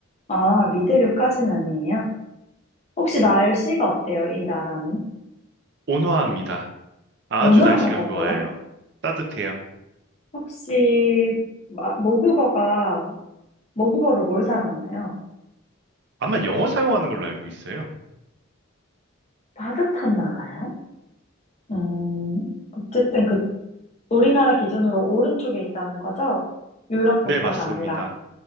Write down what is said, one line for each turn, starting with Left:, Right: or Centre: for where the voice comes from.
Left: 아, 미대륙까지는 아니에요? 혹시 날씨가 어때요, 이 나라는?
Right: 온화합니다. 아주
Left: 온화하다고요?
Right: 날씨가 좋아요. 따뜻해요.
Left: 혹시, 마- 모국어가, 모국어를 뭘 사용하나요?
Right: 아마 영어 사용하는 걸로 알고 있어요.
Left: 따뜻한 나라요? 음, 어쨌든 그, 우리나라 기준으로 오른쪽에 있다는 거죠? 유럽
Right: 네,
Left: 국가가
Right: 맞습니다.
Left: 아니라,